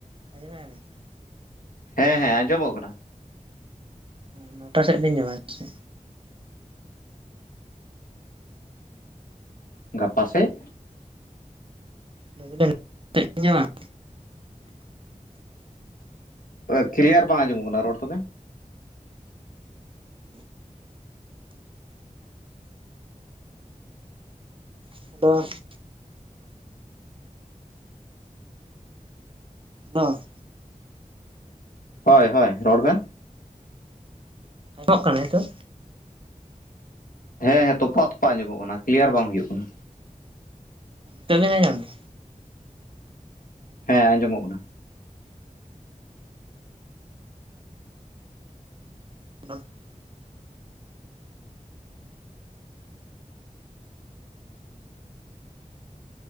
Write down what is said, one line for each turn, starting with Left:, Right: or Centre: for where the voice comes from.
Right: ᱟᱡᱚᱢᱮᱜ-ᱟ ᱵᱤᱱ?
Left: ᱦᱮᱸ ᱦᱮᱸ ᱟᱸᱡᱚᱢᱚᱜ ᱠᱟᱱᱟ᱾
Right: ᱚ ᱱᱚᱴᱟ ᱥᱮᱫ ᱵᱤᱱ ᱡᱚᱢᱟ ᱥᱮ?
Left: ᱜᱟᱯᱟ ᱥᱮᱫ?
Right: ᱞᱟᱹᱭ ᱫᱟᱞᱤᱧ <inaudible>
Left: ᱚ ᱠᱞᱤᱭᱟᱨ ᱵᱟᱝ ᱟᱸᱡᱚᱢᱚᱜ ᱠᱟᱱᱟ ᱨᱚᱲ ᱛᱟᱵᱮᱱ᱾
Right: <inaudible> ᱦᱮᱞᱳ᱾
Left: ᱦᱚᱭ ᱦᱚᱭ ᱨᱚᱲ ᱵᱮᱱ᱾
Right: <inaudible> ᱠᱟᱱᱟ ᱦᱤᱛᱚᱜ?
Left: ᱦᱮᱸ ᱦᱮᱸ ᱛᱚᱯᱟᱜ ᱛᱚᱯᱟᱜ ᱟᱸᱡᱚᱢᱚᱜ ᱠᱟᱱᱟ ᱠᱞᱤᱭᱟᱨ ᱵᱟᱝ ᱦᱩᱭᱩᱜ ᱠᱟᱱᱟ᱾
Right: ᱛᱳᱜ ᱵᱤᱱ ᱟᱸᱡᱚᱢ ᱫᱟ?
Left: ᱦᱮᱸ ᱟᱸᱡᱚᱢᱚᱜ ᱠᱟᱱᱟ᱾
Right: <inaudible>